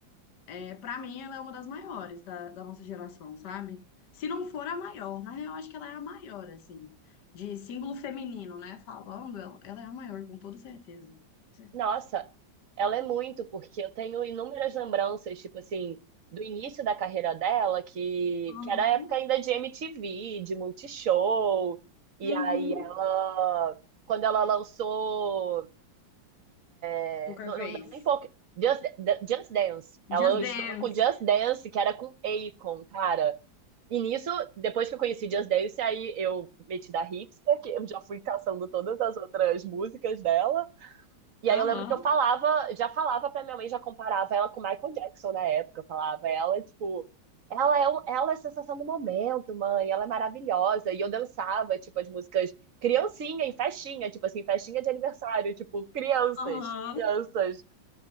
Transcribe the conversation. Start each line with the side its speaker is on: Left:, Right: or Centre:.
Left: é, pra mim ela é uma das maiores da, da nossa geração, sabe? Se não for a maior, na real, acho que ela é a maior, assim, de símbolo feminino, né? Falando, ela, ela é a maior, com toda certeza. Com certeza.
Right: Nossa, ela é muito, porque eu tenho inúmeras lembranças, tipo assim, do início da carreira dela, que,
Left: Aham.
Right: que era a época ainda de MTV, de Multishow, e
Left: Uhum.
Right: aí ela, quando ela lançou, é,
Left: Poker
Right: não,
Left: Face.
Right: não, não é nem pouco, Just, Da- Just Dance, ela
Left: Just
Right: estourou
Left: Dance.
Right: com Just Dance, que era com Akon, cara. E nisso, depois que eu conheci Just Dance, aí eu meti da hipster, que eu já fui caçando todas as outras músicas dela, e aí
Left: Aham.
Right: eu lembro que eu falava, já falava pra minha mãe, já comparava ela com o Michael Jackson na época. Eu falava ela, é, tipo, ela é, o- ela é a sensação do momento, mãe, ela é maravilhosa. E eu dançava, tipo, as músicas criancinha em festinha, tipo assim, festinha de aniversário, tipo, crianças,
Left: Aham.
Right: crianças.